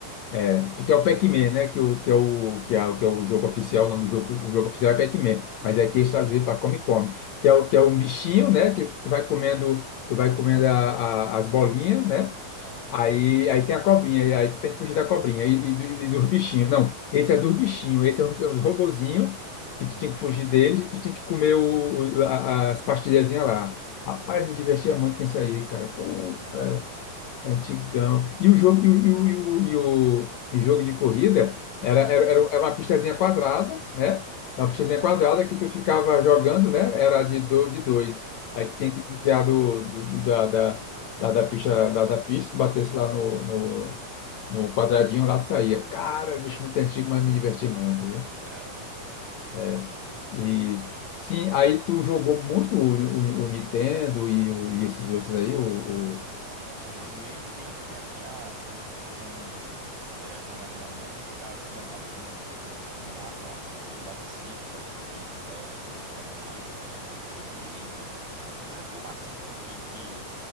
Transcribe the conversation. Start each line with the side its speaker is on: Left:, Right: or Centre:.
Left: É, porque é o Pac-Man, né? Que, o, que, é o, que, é, o- que é o jogo oficial, o nome do jogo, o jogo oficial é Pac-Man, mas é aqui eles traduziram para Come-Come, que é, o- que é um bichinho, né? Que tu vai comendo, tu vai comendo a- a- as bolinhas, né?
Right: Ah,
Left: Aí, aí tem a cobrinha, e aí tu tem que fugir da cobrinha e, e do- e dos bichinhos. Não, esse é dos bichinhos, esse é os, os robozinhos que
Right: hum.
Left: tu tinha que fugir deles e tu tinha que comer o, o- a- as pastilhazinhas lá. Rapaz, me divertia muito com isso aí, cara.
Right: <laughs>
Left: Pô,
Right: Que massa.
Left: Antigão. E o jogo, e o, e o, e o, e o- e jogo de corrida era,
Right: Hum.
Left: era, era era uma pistazinha quadrada, né? Uma pistazinha
Right: Ah,
Left: quadrada que tu ficava jogando, né? Era de, do, de dois.
Right: ah.
Left: Aí tu tinha que desviar do, do- do- da, da, da, da pista, da, da pista, tu batesse lá no, no, no quadradinho, lá tu saía. Cara, bicho muito antigo, mas me diverti muito, viu?
Right: é,
Left: É. E sim, aí tu jogou muito o, o, o Nintendo e, o- e esses outros aí, o, o-
Right: Joguei, eu joguei o Nintendo, tinha, tinha um. Eu, eu tenho uma irmã, né? A gente ficava jogando lá, tinha um, um mapa, um jogo lá de circo, aí tinha que é, ter desafio, aí tinha desafio de equilíbrio. Tinha um desafio massa, assim, que tu tinha que